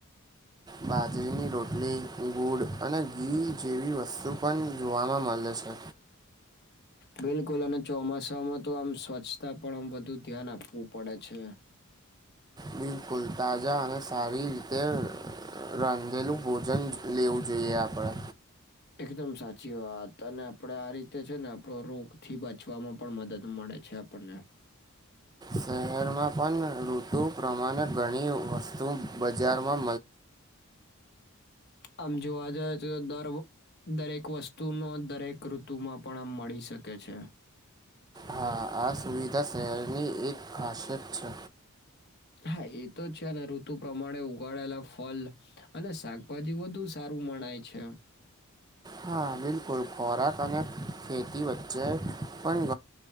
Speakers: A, on the right; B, on the left.
A: બાજરીની રોટલી ગુડ અને ઘી જેવી વસ્તુ પણ જોવામાં મળે છે.
B: બિલકુલ અને ચોમાસામાં તો આમ સ્વચ્છતા પણ આમ વધુ ધ્યાન આપવું પડે છે.
A: બિલકુલ તાજા અને સારી રીતે રાખેલું ભોજન લેવું જોઈએ આપણે
B: એકદમ સાચી વાત અને આપણેે આ રીતે છે ને આપડો રોગ થી બચવાવામાં પણ મદદ મળે. છે આપણને
A: શહેરમાં પણ ઋતુ પ્રમાણે ઘણી વસ્તુ બાજા
B: આમ જોવા જઈ તો દરો દરેક વસ્તુનો દરેક ઋતુમાં પણ આમ મળી શકે છે
A: હા આ સુવિધા શહેરની એક ખાસિયત છે
B: હા એ તો છે ને ઋતુ પ્રમાણે ઉગાડેલા ફલ અને શાકભાજી વધુ સારું મણાય છે
A: હા બિલકુલ ખોરાક અને ખેતી વચ્ચે પણ